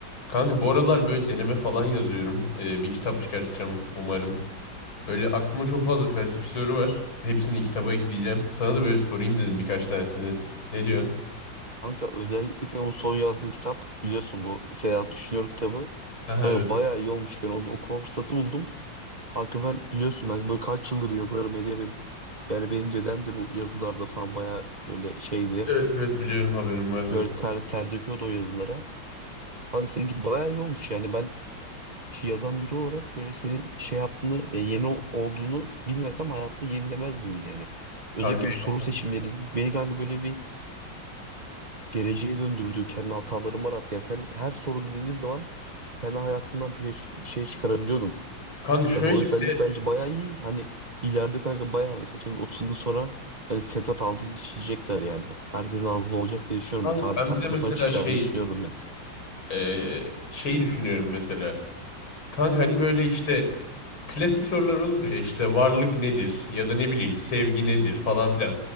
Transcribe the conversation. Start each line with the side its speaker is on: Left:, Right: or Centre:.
Left: Kanka bu aralar böyle deneme falan yazıyorum. Ee, bir kitap çıkartacağım umarım. Böyle aklıma çok fazla felsefi soru var. Hepsini kitaba ekleyeceğim. Sana da böyle sorayım dedim birkaç tanesini. Ne diyorsun?
Right: Kanka özellikle senin bu son yazdığın kitap biliyorsun bu Seyahat Düşünüyor kitabı.
Left: Aha,
Right: Kanka
Left: evet.
Right: bayağı iyi olmuş. Ben o okuma fırsatı buldum. Kanka ben biliyorsun ben böyle kaç yıldır yazarım ederim. Yani benim dedem de bu yazılarda falan bayağı böyle şeydi.
Left: Evet evet biliyorum haberim var zaten.
Right: Böyle ter, ter döküyordu o yazılara. Kanka seninki bayağı iyi olmuş yani ben şey, yazan biri olarak böyle senin şey yaptığını ya yeni o- olduğunu bilmesem hayatta yenilemezdim yani. Özellikle
Left: Kanka iyi
Right: bir soru
Left: bakalım.
Right: seçimlerin beni kanka böyle bir geleceğe döndürdüğü kendi hatalarım var rahat. Yani sen her sorun dediğim zaman kendi hayatımdan bir şey, bir şey çıkarabiliyordum.
Left: Kanka şöyle
Right: E bu özellik
Left: bir de
Right: bence bayağı iyi. Hani ileride kanka bayağı mesela atıyorum 30 yıl sonra yani Sedat Altın düşecekler yani. Herkesin ağzında olacak diye düşünüyorum.
Left: kanka
Right: Ve tarih
Left: ben
Right: kitaplarına
Left: bir de mesela
Right: falan çıkacağını
Left: şey
Right: düşünüyorum ben.
Left: e, şey düşünüyorum mesela. Kanka hani böyle işte klasik sorular olur ya işte varlık nedir ya da ne bileyim sevgi nedir falan filan.